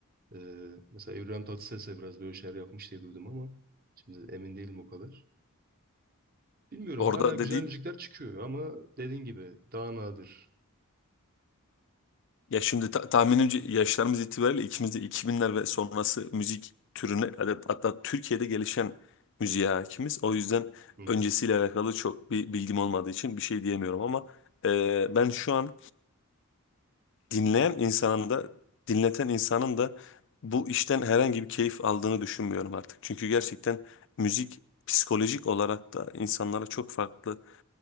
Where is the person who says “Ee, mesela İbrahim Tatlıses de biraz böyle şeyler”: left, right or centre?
Right